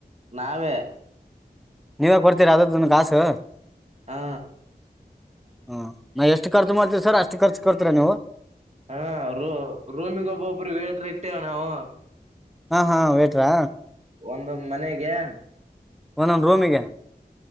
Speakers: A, on the right; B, in the centre.
A: ನಾವೇ
B: ನೀವೇ ಕೊಡ್ತೀರಾ ಅದರದುನು ಕಾಸು.
A: ಹಾ
B: ಹ ನಾ ಎಷ್ಟು ಖರ್ಚು ಮಾಡ್ತೀವಿ ಸರ್ ಅಷ್ಟು ಖರ್ಚು ಕೊಡ್ತೀರಾ ನೀವು.
A: ಹಾ ರೂ ರೂಮಿಗ ಒಬ್ಬೊಬ್ರ ವೇಟ್ರ ಇಟ್ಟೆವಿ ನಾವು.
B: ಹಾಂ ಹಾಂ ವೇಟ್ರಾ
A: ಒಂದೊಂದ್ ಮನೆಗೆ
B: ಒಂದೊಂದು ರೂಮಿಗೆ